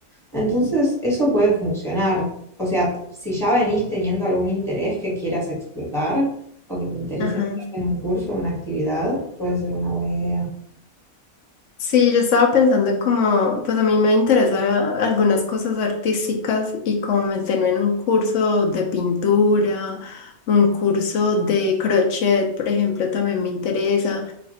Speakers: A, in the centre; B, on the left.
A: Entonces, eso puede funcionar. O sea, t- si ya venís teniendo algún interés que quieras explotar o que te interese
B: Ajá.
A: en un curso, una actividad, puede ser una buena idea.
B: Sí, yo estaba pensando como, pues a mí me interesan algunas cosas artísticas y como meterme en un curso de pintura, un curso de crochet, por ejemplo, también me interesa,